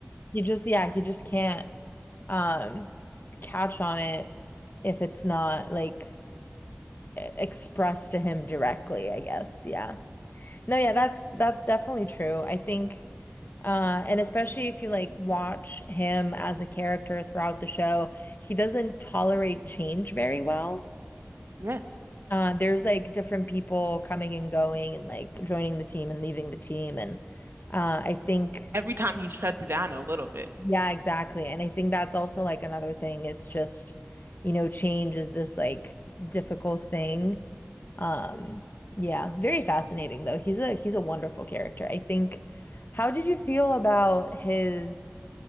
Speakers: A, on the left (about 55°); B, on the right (about 80°).
A: He just, yeah, he just can't um catch on it if it's not like e- expressed to him directly, I guess. Yeah. No, yeah, that's that's definitely true. I think uh and especially if you like watch him as a character throughout the show, he doesn't tolerate change very well.
B: Yes.
A: Uh there's like different people coming and going and like joining the team and leaving the team and uh I think
B: Every time he shuts it down a little bit.
A: yeah, exactly. And I think that's also like another thing. It's just, you know, change is this like difficult thing. Um, yeah, very fascinating though. He's a he's a wonderful character. I think how did you feel about his